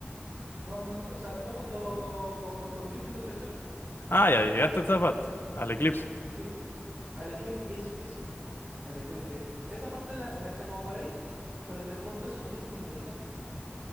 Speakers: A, on the right; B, on the left.
A: No, no, no, o sea, no cuando, cuando Griffith los traiciona.
B: Ah, ya llegaste a esa parte, al eclipse.
A: Sí, Al eclipse, eso, eso. Al ecli- eh, esa parte la, la está como por ahí, pero después de eso no tengo idea qué pasa.